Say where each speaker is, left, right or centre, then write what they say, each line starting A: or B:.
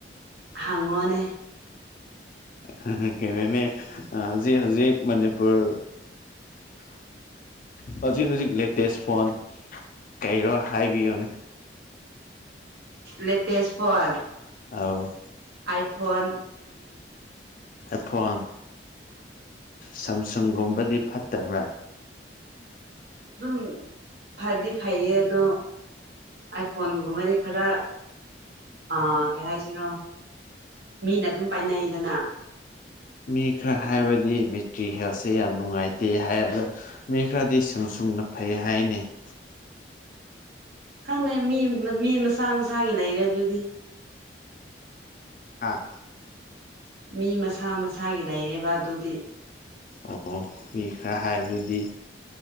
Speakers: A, on the right; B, on the left.
A: ꯍꯪꯉꯣꯅꯦ
B: ꯍꯪꯒꯦꯅꯦ ꯍꯧꯖꯤꯛ ꯍꯧꯖꯤꯛ ꯃꯅꯤꯄꯨꯔ <inaudible> ꯍꯧꯖꯤꯛ ꯍꯧꯖꯤꯛ ꯂꯦꯇꯦꯁ ꯐꯣꯟ ꯀꯔꯤꯔꯣ ꯍꯥꯏꯕꯤꯌꯣꯅꯦ
A: ꯂꯦꯇꯦꯁ ꯐꯣꯟ
B: ꯑꯧ
A: ꯑꯥꯏ ꯐꯣꯟ
B: ꯑꯥꯏꯐꯣꯟ ꯁꯝꯁꯨꯡꯒꯨꯝꯕꯗꯤ ꯐꯠꯇꯕ꯭ꯔꯥ
A: ꯑꯗꯨꯝ ꯐꯗꯤ ꯐꯩꯌꯦ ꯑꯗꯣ ꯑꯥꯏ ꯐꯣꯟꯒꯨꯝꯕꯗꯤ ꯈꯔ ꯑ ꯀꯩ ꯍꯥꯏꯁꯤꯅꯣ ꯃꯤꯅ ꯑꯗꯨꯝ ꯄꯥꯏꯅꯩꯗꯅ
B: ꯃꯤ ꯈꯔ
A: ꯑꯗꯨꯒꯤ
B: ꯍꯥꯏꯕꯗꯤ ꯀꯤ ꯍꯦꯜꯁꯦ ꯌꯥꯝ ꯅꯨꯡꯉꯥꯏꯇꯦ ꯍꯥꯏ ꯑꯗꯣ ꯃꯤ ꯈꯔꯗꯤ ꯁꯝꯁꯨꯡꯅ ꯐꯩ ꯍꯥꯏꯑꯦꯅꯦ <inaudible>
A: ꯈꯪꯗꯦ ꯃꯤ ꯃꯤ ꯃꯁꯥ ꯃꯁꯥꯒꯤ ꯂꯩꯔꯦ ꯑꯗꯨꯗꯤ
B: ꯍꯥꯥ
A: ꯃꯤ ꯃꯁꯥ ꯃꯁꯥꯒꯤ ꯂꯩꯔꯦꯕ ꯑꯗꯨꯗꯤ
B: ꯑꯣ ꯃꯤ ꯈꯔ ꯍꯥꯏꯕꯗꯨꯗꯤ